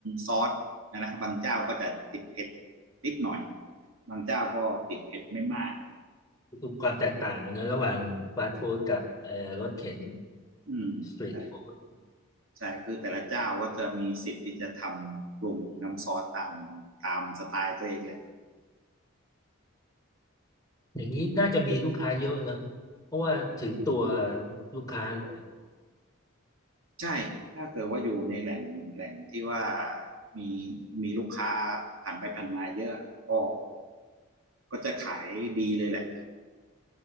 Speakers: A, on the right; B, on the left.
A: ซอสนะบางเจ้าก็จะติดเผ็ดนิดหน่อยบางเจ้าก็ติดเผ็ดไม่มาก
B: ดูความแตกต่างนะระหว่างฟาสต์ฟู้ดกับเอ่อรถเข็น
A: อืมใช่
B: สตรีทฟู้ด
A: ใช่คือแต่ละเจ้าก็จะมีสิทธิ์ที่จะทำปรุงน้ำซอสตามตามสไตล์ตัวเองแหละ
B: อย่างนี้น่าจะมีลูกค้าเยอะนะ
A: อืม
B: เพราะว่าถึงตัวลูกค้าเลย
A: ใช่ถ้าเกิดว่าอยู่ในแหล่งแหล่งที่ว่ามีมีลูกค้าผ่านไปผ่านมาเยอะก็ก็จะขายดีเลยแหละ